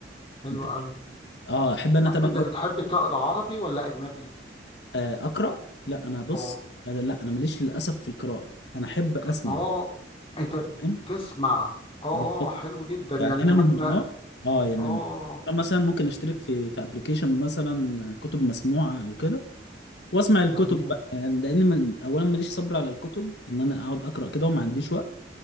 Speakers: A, on the left; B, on the left.
A: حلو
B: انت
A: قوي
B: اه احب انا اتابع
A: انت
B: أوي
A: بتحب تقرا عربي ولا اجنبي
B: آه اقرا لا انا بص
A: اه
B: انا لا انا ماليش للاسف في القراءه انا احب اسمع
A: اه انت
B: فاهم
A: بتسمع اه
B: ده-
A: اه حلو جدا يعني
B: يعني
A: كمان
B: انا من
A: ما
B: النوع اه يعني
A: اه آه.
B: مثلا ممكن اشترك في في ابلكيشن مثلا كتب مسموعه او كده واسمع الكتب
A: تمام
B: بقى يعني لان من اولا ماليش صبر على الكتب ان انا اقعد اقرا كده وما عنديش وقت